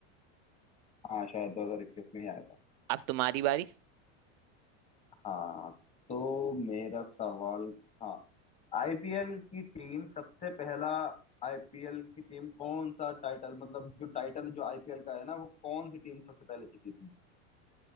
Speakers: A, on the left (about 20°); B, on the right (about 40°).
A: हाँ शायद 2021 में ही आया था
B: अब तुम्हारी बारी
A: हाँ तो मेरा सवाल हाँ आईपीएल की टीम सबसे पहला आईपीएल की टीम कौन सा टाइटल मतलब जो टाइटल जो आईपीएल का है ना वो कौन सी टीम सबसे पहले जीती थी